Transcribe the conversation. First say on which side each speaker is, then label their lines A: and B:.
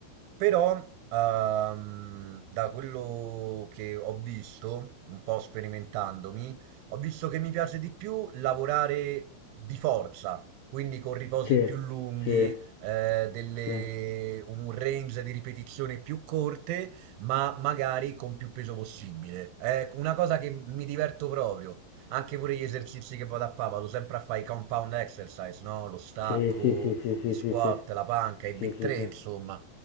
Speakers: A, on the right; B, on the left.
A: Però, ehm, da quello che ho visto, un po' sperimentandomi, ho visto che mi piace di più lavorare di forza, quindi con riposi
B: Sì,
A: più lunghi,
B: sì,
A: eh, delle-
B: sì,
A: un range di ripetizioni più corte, ma magari con più peso possibile. È una cosa che mi diverto proprio. Anche pure gli esercizi che vado a fare, vado sempre a fare i compound exercise, no? Lo stacco,
B: sì, sì, sì, sì,
A: gli
B: sì,
A: squat,
B: sì, sì,
A: la panca, i
B: sì,
A: big three,
B: sì, sì.
A: insomma.